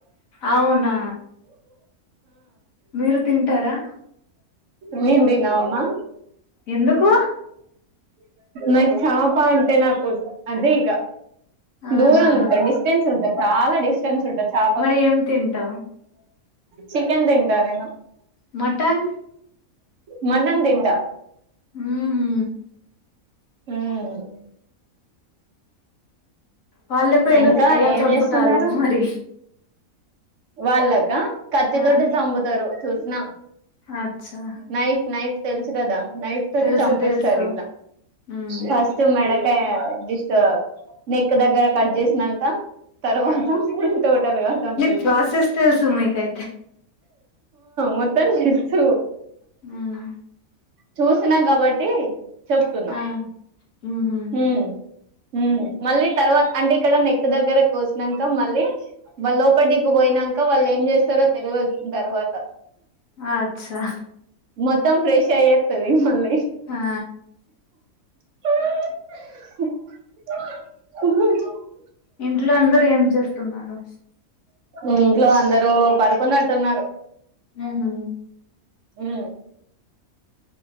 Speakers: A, on the left (about 65°); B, on the right (about 60°).
A: అవునా మీరు తింటారా
B: నేన్ తినా అమ్మా
A: ఎందుకు
B: నాకు చాప అంటే నాకు అదే ఇగ
A: ఆహా
B: దూరంగా ఉంటది డిస్టెన్స్ ఉంటది చాలా డిస్టన్స్ ఉంటద్ చా
A: మరి ఏం తింటావ్
B: చికెన్ తింటా నేను
A: మటన్
B: మటన్ తింటా
A: హ్మ్ హు
B: హ్మ్
A: వాళ్ళకు ఎలుక్
B: ఇంకా
A: ఎలా
B: ఏం
A: చంపుతారు
B: చేస్తున్నారు
A: మరి
B: వాళ్ళక కత్తితోటె
A: ఆ
B: చంపుతారు చూసిన
A: అచ్చా
B: నైఫ్ నైఫ్ తెలుసు కదా నైఫ్ తోటి
A: తెలుసు
B: చంపేస్తారు
A: తెలుసు
B: ఇట్లా
A: ఉమ్
B: ఫస్ట్ మెడక్ ఏ జిస్ట్ నెక్ దగ్గర కట్ చేసిన్నాక తర్వాత తోటలు ఖాతమ్
A: ప్ర్లాసెస్ తెలుసు మికైతే
B: మొత్తాం తెలుసు
A: హ్మ్
B: చూసిన కాబట్టి చెప్తున్నా
A: ఆ ఉహు
B: హ్మ్ హ్మ్ మళ్ళీ తర్వాత అంటే ఇక్కడ నెక్ దగ్గర కోస్ నంక మళ్ళీ వలో బైటికి పోయినంక వాళ్ళు ఏం చేస్తారు అసలు తెల్వదు తర్వాత
A: అచ్చా
B: మొత్తం ఫ్రెష్ అయ్యి అత్తది మళ్ళీ
A: హా
B: <unintelligible>
A: ఇంట్లో అందరు ఏం చేస్తున్నారు
B: ఇంట్లో అందరుూ పడుకున్నట్టు ఉన్నారు
A: ఉహు
B: హమ్